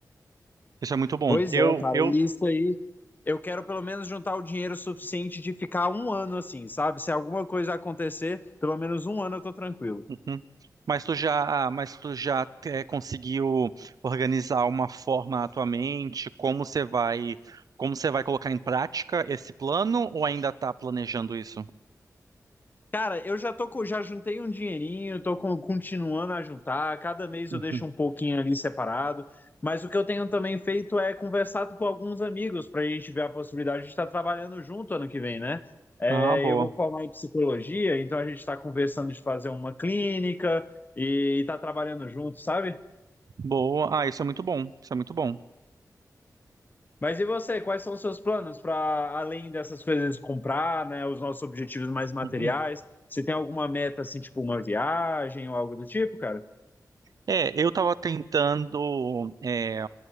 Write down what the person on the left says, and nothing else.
Pois
é, cara,
e isso aí. Eu quero pelo menos juntar o dinheiro suficiente de ficar um ano assim, sabe? Se alguma coisa acontecer, pelo menos um ano eu tô tranquilo.
Cara, eu já tô com, já juntei um dinheirinho, tô com- continuando a juntar. Cada mês
eu deixo um pouquinho ali separado. Mas o que eu tenho também feito é conversado com alguns amigos para a gente ver a possibilidade de estar trabalhando junto ano que vem, né? É,
eu vou formar em psicologia, então a gente está conversando de fazer uma clínica e estar trabalhando junto, sabe?
Mas e você, quais são os seus planos para além dessas coisas de comprar, né? Os nossos objetivos mais materiais?
Você tem alguma meta assim, tipo uma viagem ou algo do tipo, cara?